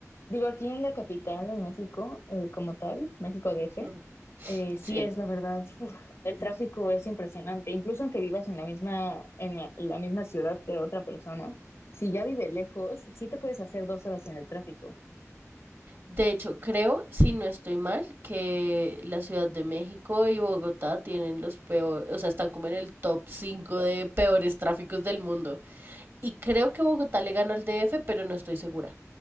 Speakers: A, on the left; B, on the right.
A: Digo, aquí en la capital, en México, eh, como tal, México DF,
B: Mm,
A: eh, sí
B: Sí.
A: es la verdad, uf, el tráfico es impresionante. Incluso aunque vivas en la misma, en la, la misma ciudad que otra persona, si ya vive lejos, sí te puedes hacer dos horas en el tráfico.
B: De hecho, creo, si no estoy mal, que la Ciudad de México y Bogotá tienen los peores, o sea, están como en el top 5 de peores tráficos del mundo. Y creo que Bogotá le gana al DF, pero no estoy segura.